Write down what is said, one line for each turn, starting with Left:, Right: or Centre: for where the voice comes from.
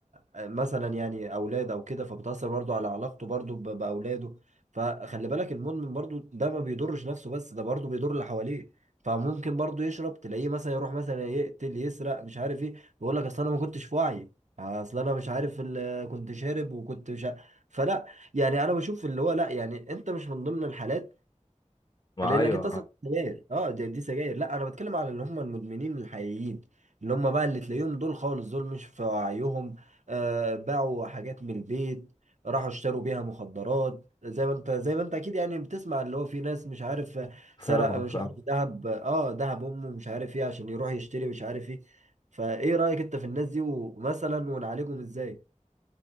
Right: آه، مثلا يعني أولاد أو كده فبتأثر برضه على علاقته برضه ب- بأولاده فخلي بالك المدمن برضه ده ما بيضرش نفسه بس ده برضه بيضر اللي حواليه فممكن برضه يشرب تلاقيه مثلا يروح مثلا يقتل يسرق مش عارف ايه يقول لك اصل انا ما كنتش في وعي اصل انا مش عارف ال- كنت شارب وكنت مش عارف. فلا يعني انا بشوف اللي هو لا يعني انت مش من ضمن الحالات
Left: ما
Right: لانك
Left: ايوه
Right: انت اصلا
Left: آه،
Right: سجاير اه دي, دي سجاير لا انا بتكلم على اللي هم المدمنين الحقيقيين اللي هم بقى اللي تلاقيهم دول خالص دول مش في وعيهم آه باعوا حاجات من البيت راحوا اشتروا بيها مخدرات زي ما انت زي ما انت اكيد يعني بتسمع اللي هو في ناس مش عارف
Left: فاهمك
Right: سرق مش
Left: فاهمك
Right: عارف ذهب اه ذهب امه مش عارف ايه عشان يروح يشتري مش عارف ايه فايه رايك انت في الناس دي ومثلا ونعالجهم ازاي